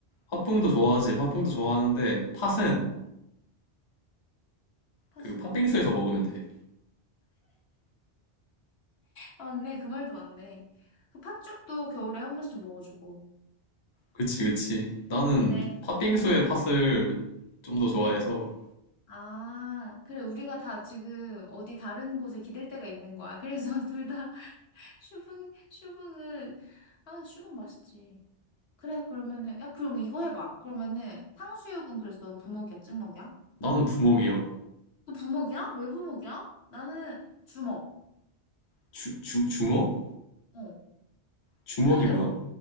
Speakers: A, on the left; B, on the left.
A: 팥붕도 좋아하지. 팥붕도 좋아하는데 팥은
B: 어, 팥은.
A: 그 팥빙수에서 먹으면 돼.
B: 아, 맞네. 그 말도 맞네. 그 팥죽도 겨울에 한 번씩 먹어주고.
A: 그치, 그치. 나는
B: 그러네.
A: 팥빙수의 팥을 좀 더 좋아해서
B: 응. 아, 그래. 우리가 다 지금 어디 다른 곳에 기댈 데가 있는 거야. 그래서 <laughs> 둘 다 슈붕, 슈붕은, 아, 슈붕 맛있지. 그래, 그러면은, 야, 그럼 이거 해봐. 그러면은, 탕수육은 그래서 넌 부먹이야, 찍먹이야?
A: 나는 부먹이야.
B: 너 부먹이야? 왜 부먹이야? 나는 주먹.
A: 주, 주, 주먹?
B: 어,
A: 주먹이
B: 주는 대로
A: 뭐야?
B: 먹,